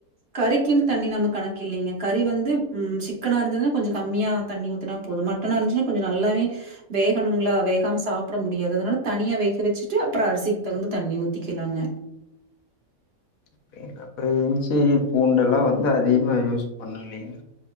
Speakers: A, on the right; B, on the left.
A: கறிக்கின்னு தண்ணி நமக் கணக் இல்லீங்க கறி வந்து ம் சிக் க்கனா இருந்துதுன்னா கொஞ்சோ கம்மியா தண்ணி ஊத்துனா போது மட்டனா இருந்ச்னா கொஞ்சோ நல்லாவே வே கணுங்ளா வேகாம் சா ப்ட முடியாது அதனால தனியா வேக வெச்சிட்டு அப்பறோ அரிசிக் தகுந்த தண்ணி ஊத்திக்கிலாங்க
B: அப்டிங்களா அப்ப இஞ்சி பூண்டெல்லா வந்து அதிகமா யூஸ் பண்ணு இல்லீங்ளா